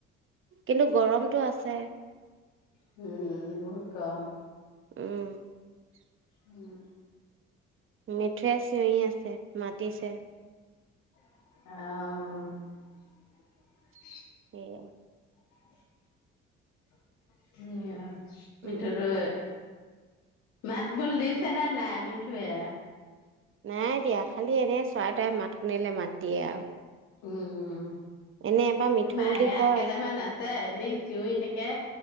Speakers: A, on the right (about 45°); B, on the left (about 80°).
A: কিন্তু গৰমতটো আছে।
B: হম, হম, বহুত কম।
A: উম।
B: উম।
A: মিঠোৱে চিঞৰি আছে মাতিছে।
B: অ।
A: সেয়া,
B: <inaudible> <unintelligible> মিঠুটো
A: উম।
B: মাত বোল দিছে নে নাই মিঠুয়ে?
A: নাই দিয়া। খালী এনে চৰাই-তৰাই মাত শুনিলে মাত দিয়ে আৰু।
B: উম।
A: এনে এবাৰ মিঠু
B: আমাৰ
A: বুলি
B: ইয়াত
A: কয়।
B: <inaudible> চিঞৰি থাকে